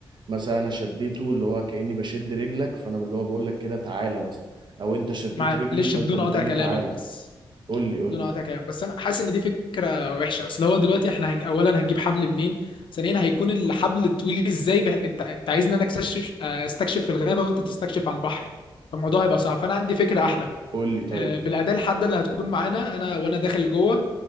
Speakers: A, on the right; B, on the left.
A: مثلا انا شديته اللي هو كأني بشد رجلك فانا اللي هو بقول لك كده تعالى مثلا او انت شديت
B: معلش
A: رجلي فانت
B: بدون
A: بتقول
B: قطع كلامك
A: لي تعالى
B: بس
A: قول لي
B: دون
A: قول لي
B: قطع كلام بس انا حاسس ان دي فكره وحشه اصل هو دلوقتي احنا هنج... اولا هنجيب حبل منين ثانيا هيكون الحبل طويل ازاي بح... انت انت عايزني انا اكتشف آه، استكشف في الغابه وانت تستكشف على البحر فالموضوع هيبقى صعب فانا عندي فكره احلى
A: قول لي طيب
B: آه، بالاداه الحاده اللي هتكون معانا انا وانا داخل جوه